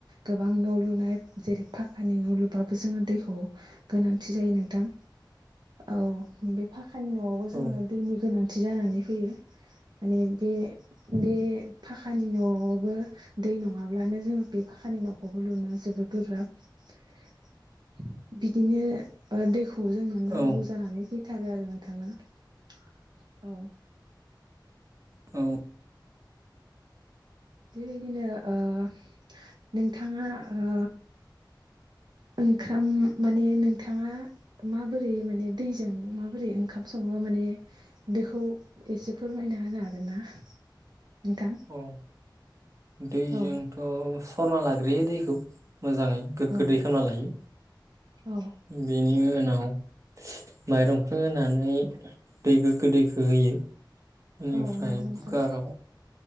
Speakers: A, on the right; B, on the right.
A: गोबां न' लुनाय जेरै फाखानि न' लुबाबो जोङो दैखौ गोनांथि जायो नोंथां औ बेफा खानि न'आवबो
B: औ
A: जोङो दैनि गोनांथि जानानै फैयो माने बे बे फाखानि न'आवबो दै नङाब्लानो जोङो बे फाखानि न'खौबो लुना जो जोबद गोब्राब बिदिनो ओ दैखौ जोंनो नांगौ
B: औ
A: जानानै फै थारो आरो नोंथां ना औ।
B: औ
A: बेबायदिनो ओ नोंथाङा ओ ओंखाम माने नोंथाङा माबोरै माने दैजों माबोरै ओंखाम सङो माने माने बेखौ एसे फोरमायना होनो हागोन ना नोंथां
B: औ दैजोंथ'
A: औ
B: सरना लाग्रोयो दैखौ मोजाङै गोगो
A: औ
B: दै खोमना लायो।
A: औ
B: बेनि उनाव माइरंखो होनानै दै गोग्गो दैखो होयो। बेनिफ्राय
A: औ नंगौ नोंथां।
B: कुकाराव